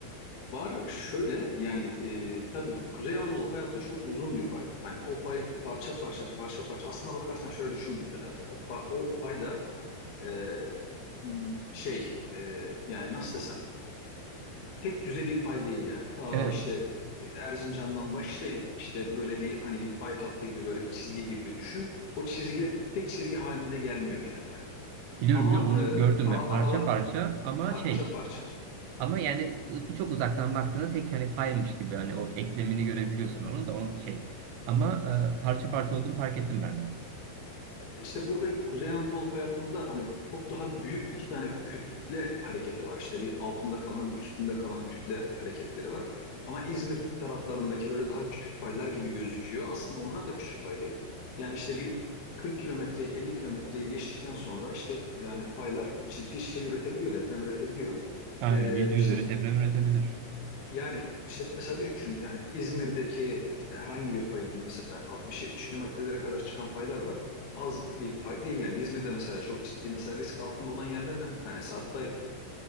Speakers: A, on the left (about 60°); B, on the right (about 75°).
A: Var şöyle yani e, tabii Kuzey Anadolu fay hattı çok uzun bir fay. Hani o fay parça parça parça parça aslına bakarsan şöyle düşünmek lazım. O, pa- o fay da e, m, şey e, yani nasıl desem tek düze bir fay değil yani. Ta
B: Evet
A: işte e, Erzincan'dan başlayıp işte böyle bir hani bir fay hattı gibi böyle bir çizgi gibi düşün. O çizgi tek çizgi halinde gelmiyor yani hani.
B: biliyorum
A: Ama
B: biliyorum onu
A: e,
B: gördüm
A: ara
B: ya parça
A: arala
B: parça ama
A: parça
B: şey
A: parça
B: ama yani ı, çok uzaktan baktığında tek hani faymış gibi hani o eklemini görebiliyorsun onun da o şey ama e, parça parça olduğunu fark ettim ben de.
A: İşte burada Kuzey Anadolu fay hattında hani çok daha büyük iki tane kütle hareketi var. İşte bir altında kalan bir üstünde kalan kütle hareketleri var. Ama İzmir taraflarındaki böyle daha küçük faylar gibi gözüküyor. Aslında onlar da küçük fay değil. Yani işte bir 40 kilometreyi 50 kilometreyi geçtikten sonra işte yani faylar ciddi şey üretebiliyor, deprem üretebiliyor.
B: Aynen
A: Ee,
B: 7
A: işte
B: üzeri deprem üretebilir.
A: yani işte mesela düşün yani İzmir'deki işte herhangi bir fayın mesela 60-70 kilometrelere kadar çıkan faylar var. Az bir pay değil yani İzmir'de mesela çok ciddi mesela risk altında olan yerlerden bir tanesi. Hatta